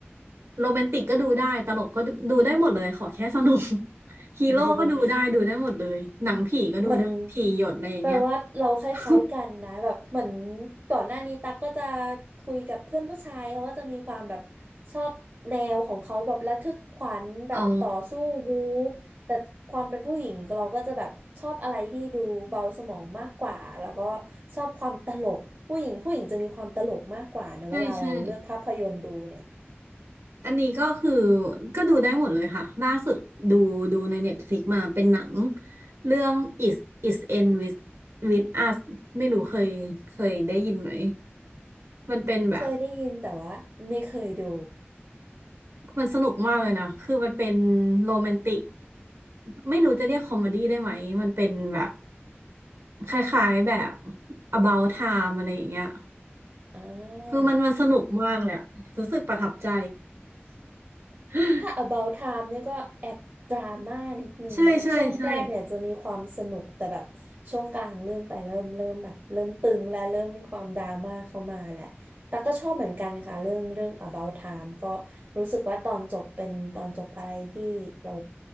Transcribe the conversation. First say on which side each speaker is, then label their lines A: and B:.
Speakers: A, on the right; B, on the right.
A: โรแมนติกก็ดูได้ ตลกก็ดูดูได้หมดเลย ขอแค่สนุก <laughs> ฮีโร่ก็ดูได้ดูได้หมดเลย
B: <laughs>
A: หนังผีก็ดูได้ผีหยดอะไรอย่างเงี้ย
B: เหมือนแปลว่าเราคล้ายๆกันนะแบบเหมือน
A: <laughs>
B: ก่อนหน้านี้ตั๊กก็จะคุยกับเพื่อนผู้ชายเขาก็จะมีความแบบชอบแนวของเขาแบบระทึกขวัญแบบต่อสู้บู๊
A: อ๋อ
B: แต่ความเป็นผู้หญิงเราก็จะแบบชอบอะไรที่ดูเบาสมองมากกว่าแล้วก็ชอบความตลกผู้หญิงผู้หญิงจะมีความตลกมากกว่านะเวลาเราเลือกภาพยนตร์ดูเนี่ย
A: ใช่ใช่ อันนี้ก็คือก็ดูได้หมดเลยค่ะล่าสุดดูดูใน Netflix มาเป็นหนังเรื่อง Is Is End With With Us ไม่รู้เคยเคยได้ยินไหมมันเป็นแบบ
B: เคยได้ยินแต่ว่าไม่เคยดู
A: มันสนุกมากเลยนะคือมันเป็นโรแมนติก ไม่รู้จะเรียกคอมเมดี้ได้ไหม มันเป็นแบบคล้ายๆแบบ About Time อะไรอย่างเงี้ย
B: อ่
A: คือมันมันสนุกมากเลยอะรู้สึกประทับใจ
B: า
A: <laughs>
B: ถ้า About Time เนี่ยก็แอบดราม่านิดนึงนะช่วงแรกๆเนี่ยจะมีความสนุกแต่แบบช่วงกลางเรื่องไปเริ่มเริ่มแบบเริ่มตึงและเริ่มมีความดราม่าเข้ามาแหละแต่ก็ชอบเหมือนกันค่ะเรื่องเรื่อง
A: ใช่ใช่ใช่
B: About Time ก็รู้สึกว่าตอนจบเป็นตอนจบอะไรที่เรา